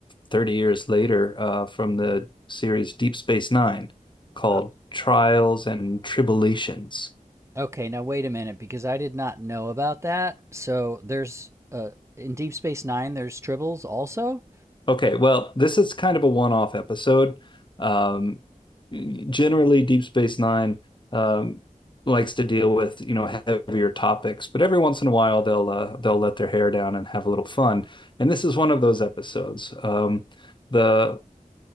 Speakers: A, on the left; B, on the right.
A: 30 years later uh, from the series Deep Space Nine called
B: Uh,
A: Trials and Tribulations.
B: okay, now wait a minute, because I did not know about that. So there's uh, in Deep Space Nine, there's Tribbles also?
A: Okay, well, this is kind of a one-off episode. Um, generally, Deep Space Nine um, likes to deal with, you know, heavier topics, but every once in a while they'll uh, they'll let their hair down and have a little fun. And this is one of those episodes. Um, the